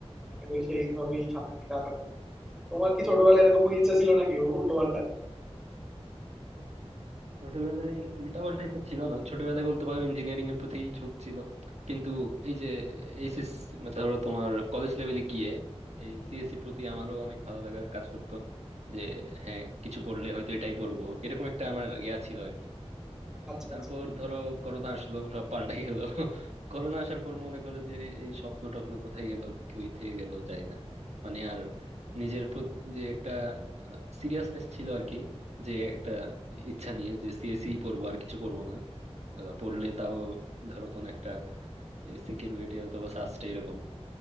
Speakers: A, in the centre; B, on the right.
A: আশা করি সেইভাবেই সামনের দিকে আগাবো তোমার কি ছোটবেলায় এরকম কোনো ইচ্ছা ছিল নাকি ও উল্টো পাল্টা
B: ছোটবেলায় উল্টাপাল্টা এটা ছিল না ছোটবেলায় বলতে পারো ইঞ্জিনিয়ারিং এর প্রতি ঝোঁক ছিল কিন্তু এই যে এইচএস ধরো তোমার কলেজ লেভেলে গিয়ে এই সিএসসির প্রতি আমারও অনেক ভালো লাগা কাজ করতো যে হ্যাঁ কিছু পড়লে হয়তো এটাই পড়বো এরকম একটা আমার ইয়া ছিল আর কি আহ
A: আচ্ছা
B: তারপর
A: আচ্ছা
B: ধরো করোনা আসলো সব পাল্টাই গেল <laughs> করোনা আসার পর মনে করো যে এই স্বপ্ন টপ্ন কোথায় গেল কই থেকে গেল জানি না মানে আর নিজের প্রতি যে একটা সিরিয়াসনেস ছিল আর কি যে একটা ইচ্ছা নিয়ে যে সিএসই পড়বো আর কিছু পড়বো না আহ, পড়লে তাও ধরো কোন একটা সিকিউরিটি অথবা সাস্টে এরকম